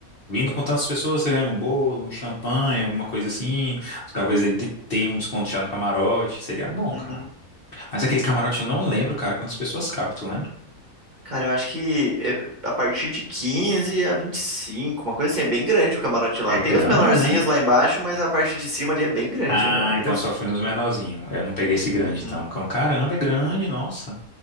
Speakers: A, on the left; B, on the right.
A: vindo com tantas pessoas, você ganha um bolo, um champanhe, alguma coisa assim. Talvez ele te- tenha um desconto já no camarote. Seria bom,
B: Uhum.
A: cara. Mas aquele camarote eu não lembro, cara, quantas pessoas cabe, tu lembra?
B: Cara, eu acho que é a partir de 15 a 25, uma coisa assim, é bem grande o camarote lá.
A: É
B: Tem
A: grande,
B: os menorzinhos
A: né?
B: lá embaixo, mas a parte de cima ali é bem grande,
A: Ah,
B: aham. Tem
A: então
B: os.
A: eu só fui nos menorzinhos. Eu não peguei esse grande,
B: Uhum.
A: então. Então, Caramba, é grande, nossa.